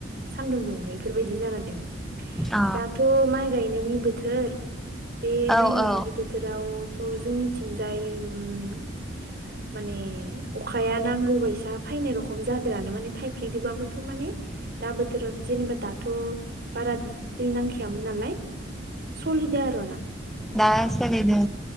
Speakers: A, on the right; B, in the centre.
A: सान्दुं दुंहालाय बेफोरबायदि जादों। <unintelligible>
B: अ
A: दाथ' माइ गायनो नि बोथोर बे
B: औ
A: माय गायनायनि
B: औ
A: नि बोथोराव थ' जोंनिथिंजाय उम माने अखाया नांगौ बायसा फैनाय रखम जादोंआनो माने थाइफ्रिदोंबाबोथ' माने दा बोथोराव जेनेबा दाथ' बारा दै नांखायामोन नालाय सलिद आरो ना
B: दा सालिदों।